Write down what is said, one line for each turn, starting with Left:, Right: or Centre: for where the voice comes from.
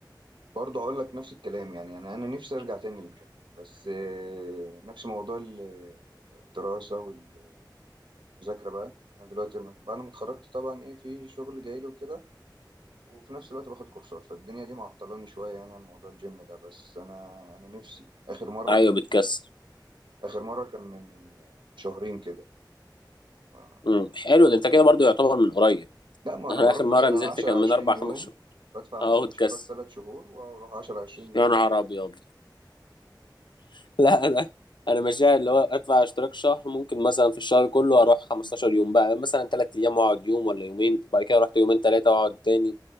Right: برضه هقول لك نفس الكلام يعني انا انا نفسي ارجع تاني للجيم بس آه، نفس موضوع ال- الدراسه والمذاكره بقى انا دلوقتي م- بعد ما اتخرجت طبعا ايه في شغل جاي لي وكده وفي نفس الوقت باخد كورسات فالدنيا دي معطلاني شويه يعني عن موضوع الجيم ده بس انا انا نفسي اخر مره
Left: ايوه
Right: كان
Left: بتكسر
Right: اخر مره كان من من شهرين كده ما
Left: امم
Right: كنت
Left: حلو ده انت كده برضو يعتبر من قريب <laughs>
Right: لا ما انا
Left: انا
Right: بروح
Left: اخر
Right: مثلا
Left: مرة نزلت
Right: 10
Left: كان
Right: 20
Left: من اربع
Right: يوم
Left: خمس شهور
Right: بدفع مثلا
Left: اهو اتكسر
Right: اشتراك 3 شهور واروح 10 20 يوم
Left: يا نهار ابيض <laughs> لا انا انا ماشيها اللي هو ادفع اشتراك شهر ممكن مثلا في الشهر كله اروح 15 يوم بقى مثلا 3 ايام واقعد يوم ولا يومين بعد كده رحت يومين ثلاثه واقعد تاني